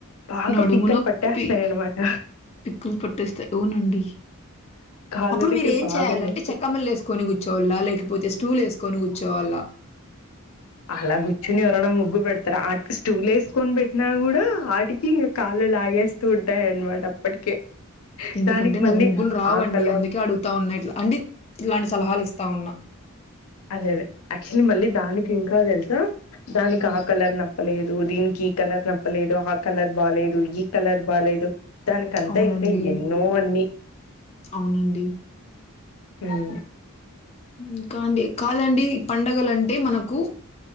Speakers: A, on the left (about 75°); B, on the left (about 30°).
A: బాగా
B: నడుము
A: పిక్కలు
B: నొప్పి
A: పట్టేస్తాయి అనమాట
B: పిక్కలు పట్టేస్తాయి అవునండి
A: కాళ్ళ
B: అప్పుడు
A: దగ్గర
B: మీరు ఏం
A: బాగా
B: చేయాలంటే
A: నొప్పి
B: చెక్కమ్మలు వేసుకొని కూర్చోవళ్ల లేకపోతే స్టూలు వేసుకొని కూర్చోవళ్ల
A: అలా కూర్చుని ఎవరైనా ముగ్గు పెడతార ఆటికి స్టూలు వేసుకొని పెట్టినా కూడా ఆటికి కాళ్ళు లాగేస్తూ ఉంటాయిన్నమాట అప్పటికే
B: ఎందుకంటే
A: దానికి
B: నాకు
A: మళ్ళీ
B: ముగ్గులు రావండి
A: ఆ కలర్
B: అందుకే అడుగుతా ఉన్నా ఇట్లా అండి ఇలాంటి సలహాలు ఇస్తా ఉన్నా
A: అదే అదే యాక్చువల్లీ మళ్ళీ దానికి ఇంకా తెలుసా దానికి
B: హ్మ్.
A: ఆ కలర్ న నప్పలేదు దీనికి ఈ కలర్ నప్పలేదు ఆ కలర్ బాలేదు ఈ కలర్ బాలేదు దానికంతా
B: అవునండి.
A: ఇంకా ఎన్నో అన్ని
B: అవునండి
A: ఉమ్
B: ఇంకా అండి కాదండి ఈ పండగల అంటే మనకు